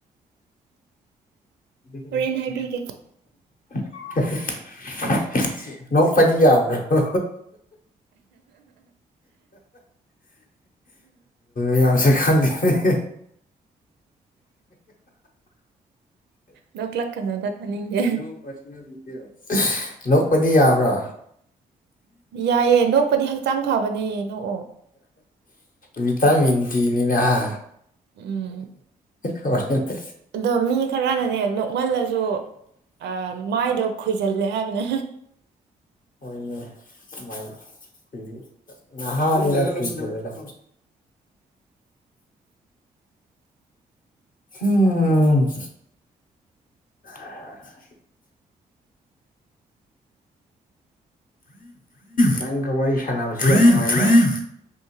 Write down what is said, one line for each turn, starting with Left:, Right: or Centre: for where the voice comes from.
Left: <unintelligible>
Right: ꯍꯣꯔꯦꯟ ꯍꯥꯏꯕꯤꯒꯦ
Left: ꯅꯣꯛ ꯄꯗꯤ ꯌꯥꯕꯔꯣ <unintelligible> <unintelligible> ꯈꯪꯗꯦꯅꯦ <unintelligible>
Right: ꯅꯣꯛꯂꯛꯀꯅꯨꯗ ꯇꯥꯅꯤꯡꯗꯦ
Left: ꯅꯣ ꯄꯔꯁꯣꯅꯦꯜ ꯗꯤꯇꯦꯜꯁ ꯅꯣꯛꯄꯗꯤ ꯌꯥꯕ꯭ꯔꯥ
Right: ꯌꯥꯏꯌꯦ ꯅꯣꯛꯄꯗꯤ ꯍꯛꯆꯥꯡ ꯐꯕꯅꯦ ꯅꯣꯛꯑꯣ
Left: ꯚꯤꯇꯥꯃꯤꯟ ꯗꯤꯅꯤꯅ ꯍꯥ
Right: ꯎꯝ
Left: ꯍꯣꯔꯦꯟꯗꯤ
Right: ꯑꯗꯣ ꯃꯤ ꯈꯔꯅꯅꯦ ꯅꯣꯛꯃꯜꯂꯁꯨ ꯑꯥ ꯃꯥꯏꯗꯣ ꯈꯨꯏꯖꯜꯂꯦ ꯍꯥꯏꯕꯅꯦ
Left: ꯍꯣꯏꯅꯦ ꯃꯥꯏ ꯈꯨꯏ ꯅꯍꯥꯅꯤꯅ ꯈꯨꯏꯒꯤꯔꯣꯏꯗ ꯍꯨꯝ <unintelligible> ꯅꯪꯒ ꯋꯥꯔꯤ ꯁꯥꯟꯅꯕꯁꯦ ꯌꯥꯝ ꯅꯨꯡꯉꯥꯏꯅꯦ